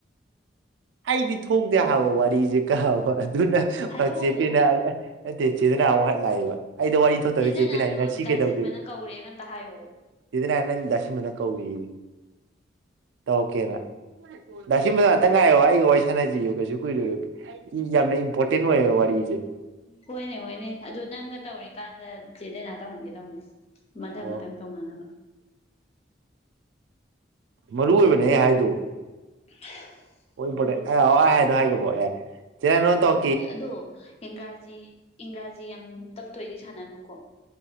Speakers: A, on the right (about 75°); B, on the left (about 35°).
A: ꯑꯩꯗꯤ ꯊꯣꯛꯗꯦ ꯍꯥꯏꯕ ꯋꯥꯔꯤꯖꯤ ꯀꯥꯕ ꯑꯗꯨꯅ
B: ꯍꯥꯏꯔꯛꯑꯣ
A: ꯆꯦꯄꯤꯅ
B: ꯑꯗꯨꯝ
A: ꯅꯠꯇꯦꯆꯦꯗꯅ ꯑꯃꯨꯛ ꯍ ꯂꯥꯛꯑꯦꯕ ꯑꯩꯗꯣ ꯋꯥꯔꯤ ꯊꯣꯛꯇꯧ
B: ꯆꯦꯅ
A: ꯆꯦꯄꯤꯅ
B: ꯅꯍꯥꯟꯗꯣ
A: ꯑꯩ ꯉꯁꯤ
B: ꯗꯥꯁꯤꯟꯕꯅ
A: ꯀꯩꯗꯧꯒꯦꯗ
B: ꯀꯧꯔꯦꯅ ꯑꯝꯇ ꯍꯥꯏꯌꯣ
A: ꯆꯦ <unintelligible> ꯗꯥꯥ ꯁꯤꯝꯕꯅꯥ ꯀꯧꯔꯤ ꯇꯧꯀꯦꯅ ꯗꯥꯁꯤꯕ ꯉꯥꯛꯇꯪ ꯉꯥꯏꯌꯣ ꯑꯩ ꯋꯥꯏꯁꯅꯥꯖꯤꯑꯣ ꯀꯩꯁꯨ ꯀꯨꯏꯔꯣꯏ ꯌꯥꯝꯅ ꯏꯝꯄꯣꯔꯇꯦꯟ ꯑꯣꯏꯌꯦꯕ ꯋꯥꯔꯤꯖꯦ ꯫
B: ꯍꯣꯏꯅꯦ ꯍꯣꯏꯅꯦ ꯑꯗꯨ ꯅꯪꯒ ꯇꯧꯔꯤꯀꯥꯟꯗ ꯆꯦꯗꯩꯅꯥ ꯇꯧꯍꯟꯒꯦ ꯇꯧꯅꯦ꯫ ꯃꯊꯪ
A: ꯑꯣ
B: ꯃꯊꯪ ꯇꯧꯅꯅꯕ꯫
A: ꯃꯔꯨ ꯑꯣꯏꯕꯅꯦ ꯍꯥꯏꯗꯣ꯫
B: <unintelligible>
A: ꯏꯝꯄꯣꯔꯇꯦꯟ ꯑꯦ ꯑꯣ ꯍꯥꯏ ꯑꯗꯨ ꯍꯥꯏꯒꯤꯕꯣ ꯑꯦ ꯆꯦ ꯅꯉꯣꯟ ꯇꯧ
B: ꯑꯗꯣ ꯏꯡꯒ꯭ꯔꯥꯖꯤ ꯏꯪꯒ꯭ꯔꯥꯖꯤ ꯌꯥꯝ ꯇꯞꯇꯣꯏꯗꯤ ꯁꯥꯟꯅꯅꯨꯀꯣ꯫